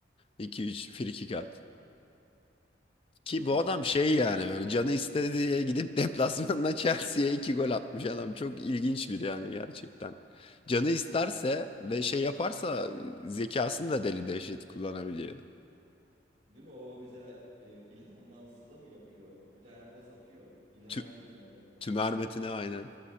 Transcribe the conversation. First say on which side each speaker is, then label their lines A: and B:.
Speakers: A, on the left; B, on the right.
A: 2-3 frikik at. Ki
B: Yani
A: bu adam
B: aslında
A: şey yani
B: öyle.
A: böyle canı istedi diye gidip deplasmanda <laughs> Chelsea'ye iki gol atmış adam. Çok ilginç bir yani gerçekten. Canı isterse ve şey yaparsa zekasını da deli dehşet kullanabiliyor.
B: değil mi o mesela e, İlhan Mansız'a mı yapıyor? Bir tane pas atıyor. İlhan'a
A: Tü
B: değil Tümer'e.
A: tümermetine aynen.